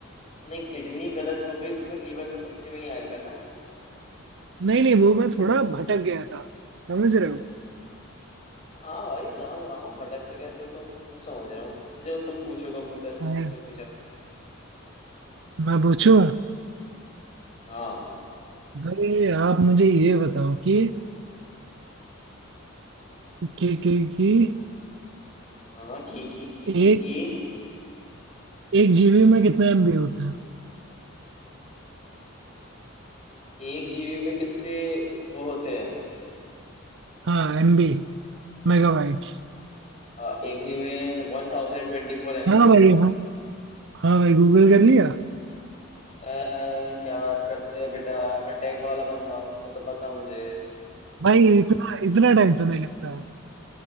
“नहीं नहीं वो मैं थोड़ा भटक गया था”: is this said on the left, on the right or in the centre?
Right